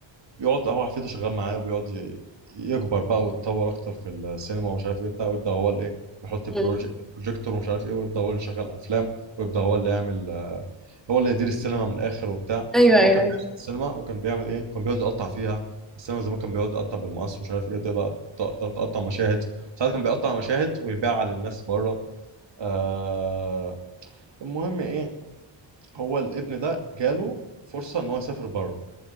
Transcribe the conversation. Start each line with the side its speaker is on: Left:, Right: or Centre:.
Right: بيقعد هو حفيده شغال معاه وبيقعد ي- يكبر بقى ويتطور اكتر في السينما ومش عارف ايه بتاع ويبدا هو الايه يحط البروج-
Centre: مم.
Right: البروجيكتور ومش عارف ايه ويبدا هو اللي يشغل افلام ويبدا هو اللي يعمل آه، هو اللي يدير السينما من الاخر وبتاع
Centre: ايوه
Right: هو
Centre: ايوه
Right: كان
Centre: أيوة.
Right: بيشتغل السينما وكان بيعمل ايه كان بيقعد يقطع فيها السينما زمان كان بيقعد يقطع بالمقص ومش عارف ايه وتقدر تقدر تقطع مشاهد ساعات كان بيقطع مشاهد ويبيعها للناس بره آه المهم ايه هو الابن ده جاله فرصة ان هو يسافر بره